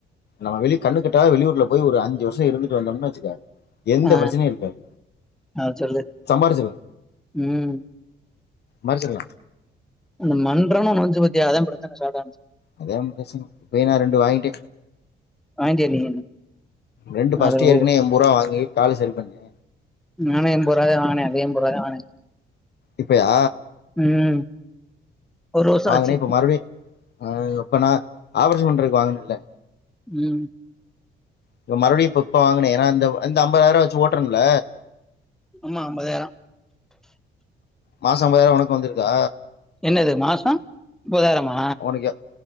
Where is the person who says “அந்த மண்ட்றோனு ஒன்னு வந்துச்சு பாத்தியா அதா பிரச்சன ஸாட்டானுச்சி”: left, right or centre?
Centre